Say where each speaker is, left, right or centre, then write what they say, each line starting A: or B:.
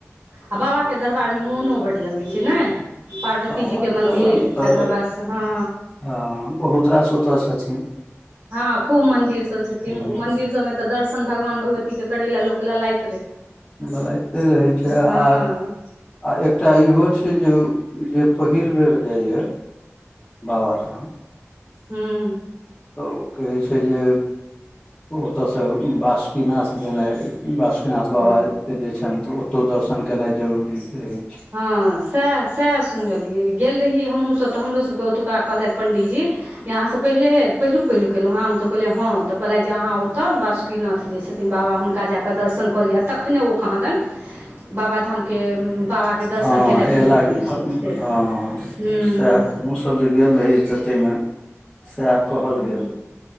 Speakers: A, on the right; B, on the left.
A: आ बाबाके दरबारमे मोनो बड्ड लगै छै नय पार्वती
B: बाबाके
A: जीके मन्दिर
B: दरबारमे तऽ
A: तकर बादस हँ
B: हँ बहुत रास ओतऽ छथिन
A: हँ खूब मंदिर सब छथिन
B: हूँ
A: ओ मंदिर सबमे तऽ दर्शन भगवान भगवती के करे लए लोक ललायत
B: ललाइते रहैत छै आ
A: हँ
B: आ एकटा इहो छै जे जे पहिल बेर जाइए बाबाधाम
A: हुं
B: तऽ कहै छै जे ओतयसँ बासुकीनाथ गेनाइ बासुकी बैजनाथ बाबाके
A: हँ
B: जे छनि तऽ ओतौ दर्शन केनाइ जरूरी रहैय
A: हँ सएह सएह सुनलियै गेल रहियै हमहूँसभ तऽ हमरोसभके ओतुका कहलैथि पण्डीजी जे आहाँसँ पहिले ह पहिलुक पहिलुक तऽयलहु हँ हमसभ कहलियै हँ तऽ कहलथि जे अहाँ ओतऽ बासुकीनाथ जे छथिन बाबा हुनका जाकऽ दर्शन कऽ लिय तखने ओ कहँदेन बाबाधामके बाबाके दर्शन
B: हँ
A: केनाइ
B: आइएला
A: फलित होइ छै से
B: हँ
A: हूँ
B: से हमूँ सब जे गेल रही से ताहिमे सएह कहल
A: हँ
B: गेल